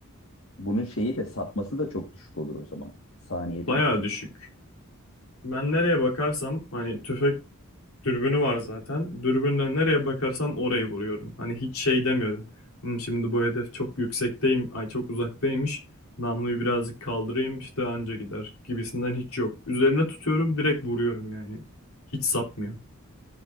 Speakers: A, on the left; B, on the left.
A: bunun şeyi de sapması da çok düşük olur o zaman. Saniyede
B: Bayağı
A: 300.
B: düşük. Ben nereye bakarsam hani tüfek dürbünü var zaten. Dürbünle nereye bakarsam orayı vuruyorum. Hani hiç şey demiyorum. "Hmm, şimdi bu hedef çok yüksekteyim. Ay çok uzaktaymış. Namluyu birazcık kaldırayım işte anca gider gibisinden hiç yok. Üzerine tutuyorum direkt vuruyorum yani. Hiç sapmıyor.